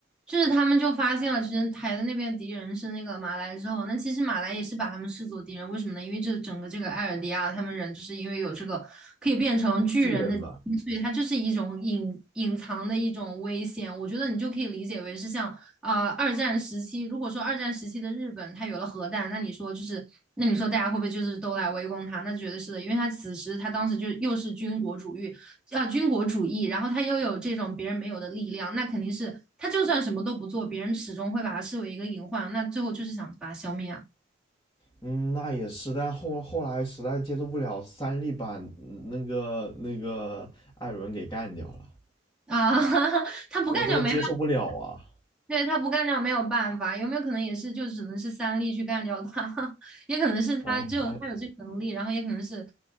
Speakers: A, in the centre; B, on the left.
A: 就是他们就发现了，其实台的那边敌人是那个马来之后，那其实马来也是把他们视作敌人。为什么呢？因为这整个这个艾尔迪亚他们人，就是因为有这个可以变成巨人的基因所以它就是一种隐隐藏的一种危险。
B: 巨人吧，
A: 我觉得你就可以理解为是像啊、呃二战时期，如果说二战时期的日本它有了核弹，那你说就是。那你说大家会不会就是都来围攻他？那绝对是的，因为他此时他当时就又是军国主义，啊军国主义，然后他又有这种别人没有的力量，那肯定是他就算什么都不做，别人始终会把他视为一个隐患，那最后就是想把他消灭啊
B: 嗯，那也是，但后后来实在接受不了三笠把那个那个艾伦给干掉了，
A: 啊！<laughs> 他不干就没办
B: 我这个接受不了啊，
A: 对，他不干掉没有办法，有没有可能也是就只能是三力去干掉他？<laughs> 也可能是他只有他有这个能力，
B: 哎，那
A: 然后也可能是，